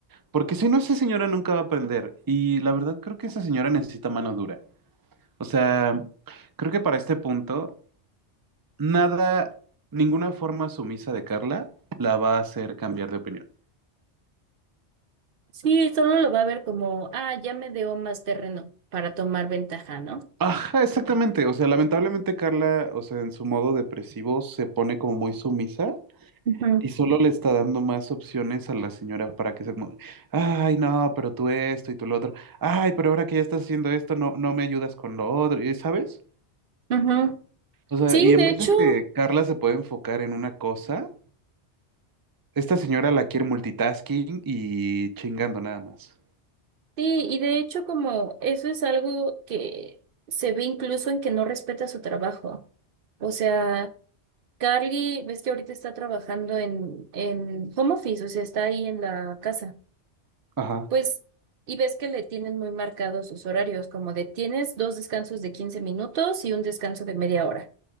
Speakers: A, on the right (about 25°); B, on the right (about 55°).
A: porque si no, esa señora nunca va a aprender. Y la verdad creo que esa señora necesita mano dura. O sea, creo que para este punto, nada, ninguna forma sumisa de Carla la va a hacer cambiar de opinión.
B: Sí, solo lo va a ver como, ah, ya me dio más terreno para tomar ventaja, ¿no?
A: Ajá, exactamente. O sea, lamentablemente Carla, o sea, en su modo depresivo se pone como muy sumisa
B: Ujú.
A: Y solo le está dando más opciones a la señora para que sea como, ay, no, pero tú esto y tú lo otro, ay, pero ahora que ya estás haciendo esto, no, no me ayudas con lo otro, y ¿sabes?
B: Ujú.
A: O sea,
B: Sí,
A: y en
B: de
A: vez
B: hecho,
A: de que Carla se pueda enfocar en una cosa, esta señora la quiere multitasking y chingando nada más.
B: sí, y de hecho como eso es algo que se ve incluso en que no respeta su trabajo. O sea, Carly, ves que ahorita está trabajando en, en home office, o sea, está ahí en la casa.
A: Ajá,
B: Pues, y ves que le tienen muy marcados sus horarios, como de tienes dos descansos de 15 minutos y un descanso de media hora,